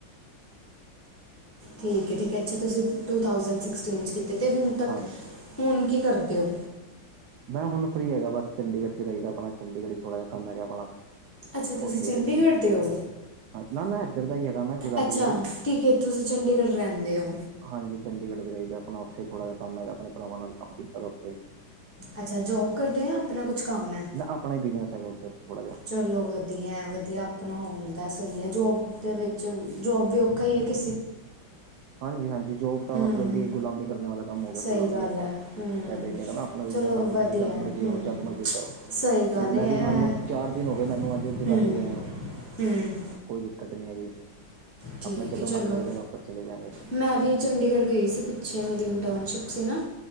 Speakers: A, on the left; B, on the right.
A: ਠੀਕ ਏ ਠੀਕ ਏ ਅੱਛਾ ਤੁਸੀਂ ਟੂ ਥਾਉਸੰਡ ਸਿਕਸਟੀਨ 'ਚ ਕੀਤੇ, ਤੇ ਹੁਣ ਤੱਕ
B: ਹਾਂਜੀ
A: ਹੁਣ ਕੀ ਕਰਦੇ ਓ?
B: ਮੈਂ ਹੁਣ ਫਰੀ ਹੈਗਾ ਬਸ ਚੰਡੀਗੜ੍ਹ ਚ ਰਈਦਾ ਅਪਣਾ ਚੰਡੀਗੜ੍ਹ ਚ ਥੋੜਾ ਕੰਮ ਐਗਾ ਆਪਣਾ।
A: ਅੱਛਾ ਤੁਸੀਂ
B: ਉੱਥੇ
A: ਚੰਡੀਗੜ੍ਹ
B: ਹੀ ਰਹੇਗਾ
A: ਦੇ ਓ?
B: ਨਾ ਨਾ ਇੱਧਰ ਦਾ ਹੀ ਹੈਗਾ ਮੈਂ ਜਗਾਦਰੀ
A: ਅੱਛਾ,
B: ਦਾ ਹੀ
A: ਠੀਕ ਏ ਤੁਸੀਂ ਚੰਡੀਗੜ੍ਹ ਰੈੰਦੇ ਓ।
B: ਹਾਂਜੀ ਚੰਡੀਗੜ੍ਹ ਚ ਰਹੀਦਾ ਆਪਣਾ ਉੱਥੇ ਥੋੜਾ ਜਿ ਕੰਮ ਹੈਗਾ ਆਪਣੇ ਭਰਾਵਾਂ ਨਾਲ ਕੰਮ ਕੀਤਾ ਤਾਂ ਉੱਥੇ ਈ।
A: ਅੱਛਾ, ਜੋਬ ਕਰਦੇ ਆਂ ਆਪਣਾ ਕੁਛ ਕੰਮ ਐ?
B: ਆਪਣਾ ਹੀ ਬਿਜ਼ਨਸ ਹੈਗਾ ੳਧਰ, ਥੋੜ੍ਹਾ ਜਿਹਾ।
A: ਚਲੋ ਵਧੀਐ-ਵਧੀਆ ਆਪਣਾ ਹੁੰਦੈ ਸਹੀ ਐ ਜੋਬ ਦੇ ਵਿੱਚ ਜੋਬ ਵੀ ਔਖਾ ਈ ਏ ਕਿ
B: ਹਾਂਜੀ-ਹਾਂਜੀ ਜੋਬ ਤਾ
A: ਹੂੰ
B: ਮਤਲਬ ਕੀ? ਗੁਲਾਮੀ ਕਰਨੇ ਵਾਲਾ ਕੰਮ ਹੋ ਗਿਆ।
A: ਸਹੀ
B: ਗੁਲਾਮੀ
A: ਗੱਲ ਹੈ ਹੂੰ
B: ਫੈਦਾ ਈ ਨੀ ਹੈਗਾ ਆਪਣਾ ਬਿਜਨਸ
A: ਚਲੋ
B: ਆਪਣਾ
A: ਵਧੀਆ
B: ਹੈਗਾ ਜਦ
A: ਹੈ,
B: ਮਰਜ਼ੀ
A: ਹੂੰ
B: ਆਓ ਜਦ ਮਰਜ਼ੀ ਚ ਜਾਓ।
A: ਸਹੀ ਗੱਲ
B: ਹੁਣ
A: ਹੈ
B: ਮੈਂ ਵੀ
A: ਇਹ,
B: ਮੰਨ ਲਓ ਚਾਰ ਦਿਨ ਹੋ ਗਏ ਮੈਨੂੰ ਅੱਜ ਜਗਾਦਰੀ
A: ਹੂੰ
B: ਆਇਆ।
A: ਹੂੰ
B: ਕੋਈ ਦਿੱਕਤ ਨਹੀ ਹੈਗੀ
A: ਠੀਕ
B: ਆਪਣਾ ਜਦੋਂ
A: ਹੈ ਚਲੋ
B: ਮਨ ਕਰੇ ਤਾਂ ਆਪਾਂ ਚਲੇ ਜਾਏਂਗੇਂ।
A: ਮੈਂ ਵੀ ਚੰਡੀਗੜ੍ਹ ਗਈ ਸੀ ਪਿੱਛੇ ਮੇਰੀ ਇੰਟਰਨਸ਼ਿਪ ਸੀ ਨਾ।